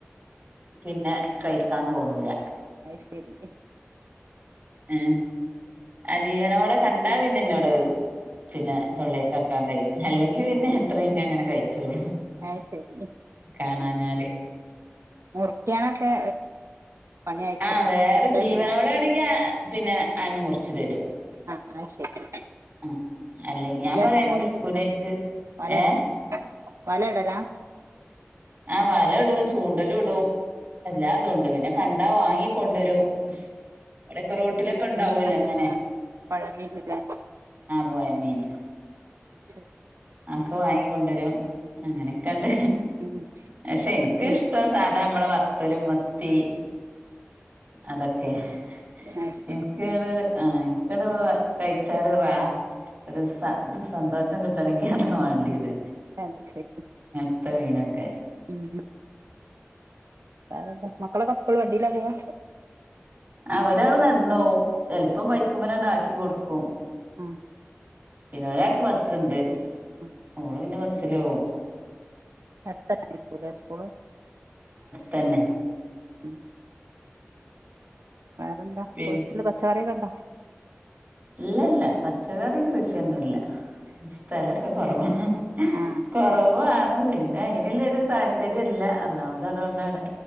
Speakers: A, on the right; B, on the right.
A: പിന്നെ കഴിക്കാൻ തോന്നൂല
B: അയ് ശരി
A: ഉ ആ ജീവനോടെ കണ്ടാ പിന്നെന്നോട് പിന് തെളളേളക്ക് ചെക്കാൻ കഴയില്ല അല്ലെങ്കിൽ പിന്നെ അത്രയും അങ്ങനെ കഴിച്ചോളും
B: അത് ശരി
A: കാണാഞാല്
B: മുറിക്കാനൊക്കെ പണിയായിരിക്കല്ലോ
A: ആ വേറെ
B: മറ്റേ
A: ജീവനോട
B: മീനാവുമ്പോ
A: ആണെങ്കി പിന്നെ അനു മുറിച്ചു തരും
B: ആഹ് അത് ശരി
A: ആ അല്ലെ ഞാൻ
B: വല
A: പറയാ
B: ഇടലായിരിക്കുംല്ലേ
A: മുറിക്കൂലേക്ക്
B: വല
A: ഏ
B: ഇട വല ഇടലാ
A: ആ വല ഇടും ചൂണ്ടലും ഇടും എല്ലാതും ഉണ്ട് പിന്നെ കണ്ടാ വാങ്ങിക്കൊണ്ടുവരും ഇവിടൊക്കെ റോട്ടിലൊക്കെ ഉണ്ടാവുല്ലോ
B: മീനൊക്കെ
A: അങ്ങനെ
B: ആഹ് പൊഴമീനില്ലേ
A: ആഹ് പൊയ മീന്
B: അ ശരി
A: ഒക്കെ വാങ്ങി കൊണ്ടുവരും അങ്ങനെയൊക്കെയ ഉണ്ട്
B: ഉം
A: പക്ഷെ എനിക്കിഷ്ട
B: പിന്നെ
A: സാധാ നമ്മളെ പത്തലും മത്തി അതൊക്കെ ക്കെ,
B: അത് ശരി
A: ഇൻക്കൊരു ആഹ് ഇൻക്കതു കഴിച്ചാല് റാഹ ഒരു സ ഇത് സന്തോഷം കിട്ടണെങ്കി അതാ മാണ്ടിയത്.
B: അത് ശെരി.
A: ക്കെ മീനൊക്കെ
B: ഹ്മ്മ് വെറെന്താ, മക്കളെക്കെ സ്കൂള്ല് വണ്ടിലാ പോവാ
A: ആഹ് ഒരാള് നടന്നോവും ചല്പ്പം ബൈക്ക്മലണ്ടാക്കി കൊടുക്കും.
B: ആഹ്
A: പിന്നെ ഒരാക്ക് ബസ്സ്ണ്ട്
B: ആ
A: ഓള് പിന്നെ ബസ്സിലോവും.
B: അട്ത്തഞ്ഞയിരുക്ക്ല്ലേ സ്കൂള്?
A: തന്നെ
B: ഉം. വേറെന്താ
A: പിൻ
B: വീട്ടില് പച്ചക്കറിയൊക്കെ ണ്ടോ?
A: ല്ല ല്ല പച്ചക്കറിയും കൃഷിയൊന്നുല്ല സ്ഥലൊക്കെ കൊറവാ.
B: ആ
A: കൊറവാണ്
B: അത്
A: പിന്നെ അയിനുള്ളരു താല്പര്യല്ല ഒന്നാമ അതുണ്ടാണ്